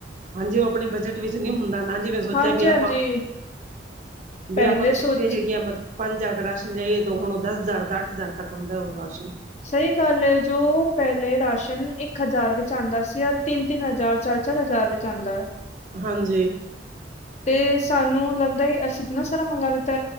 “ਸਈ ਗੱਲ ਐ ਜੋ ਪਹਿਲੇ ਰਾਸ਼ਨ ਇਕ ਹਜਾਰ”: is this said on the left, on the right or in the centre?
Left